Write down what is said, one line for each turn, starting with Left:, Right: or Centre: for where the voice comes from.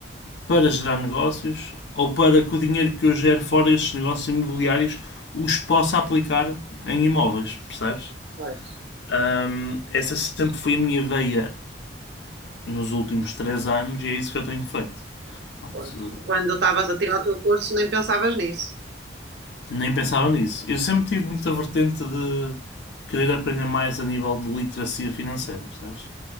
Left: para gerar negócios ou para que o dinheiro que eu gero fora destes negócios imobiliários os possa aplicar em imóveis, percebes?
Right: pois,
Left: Ahm, essa sempre foi a minha veia nos últimos três anos e é isso que eu tenho feito. Portanto,
Right: pois. Quando estavas a tirar o teu curso, nem pensavas nisso.
Left: Nem pensava nisso. Eu sempre tive muita vertente de querer aprender mais a nível de literacia financeira, percebes?